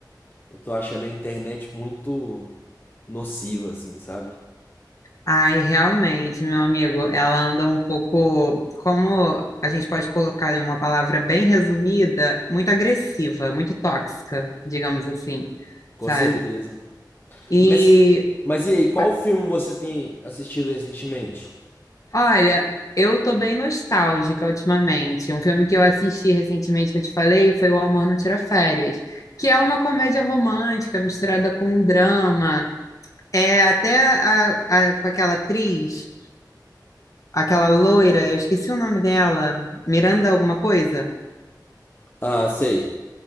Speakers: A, on the left; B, on the left.
A: eu tô achando a internet muito nociva, assim, sabe?
B: Ai, realmente, meu amigo, ela anda um pouco, como a gente pode colocar em uma palavra bem resumida, muito agressiva, muito tóxica, digamos assim,
A: Com
B: sabe?
A: certeza.
B: E
A: Mas, mas e aí, qual
B: o-
A: filme você tem assistido recentemente?
B: olha, eu tô bem nostálgica ultimamente. Um filme que eu assisti recentemente que eu te falei foi O Amor Não Tira Férias, que é uma comédia romântica misturada com um drama. É até a- a- com aquela atriz. Aquela loira, eu esqueci o nome dela, Miranda alguma coisa?
A: Ah, sei.